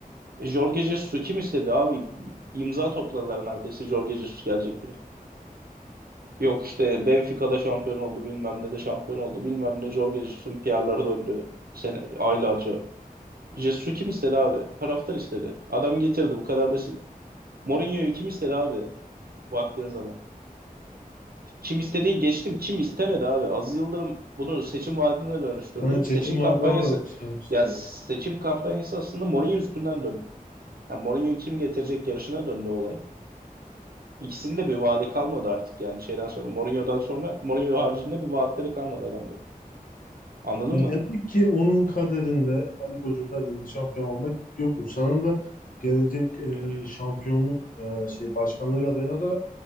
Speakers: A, on the right; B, on the left.
A: Jorge Jesus'u kim istedi abi? İmza topladılar neredeyse Jorge Jesus gelecek diye. Yok işte Benfica'da şampiyon oldu bilmem ne de şampiyon oldu bilmem ne Jorge Jesus'un PR'ları döndü. Sene, aylarca. Jesus'u kim istedi abi? Taraftar istedi. Adam getirdi bu kadar basit. Mourinho'yu kim istedi abi? Baktığın zaman. Kim istediği geçtim kim istemedi abi. Aziz Yıldırım bunu seçim vaadine dönüştürdü.
B: Hani seçim
A: Seçim
B: vaadi
A: kampanyası
B: olarak düşünüyorum size.
A: ya seçim kampanyası aslında Mourinho üstünden döndü. Yani Mourinho'yu kim getirecek yarışına döndü olay. İkisinde bir vaadi kalmadı artık yani şeyden sonra. Mourinho'dan sonra Mourinho haricinde bir vaatleri kalmadı adamların. Anladın
B: Yani
A: mı?
B: demek ki onun kaderinde Ali Koç'un kaderinde şampiyon olmak yokmuş. Sanırım da gelecek e, şampiyonluk e, şey başkanlık adayına da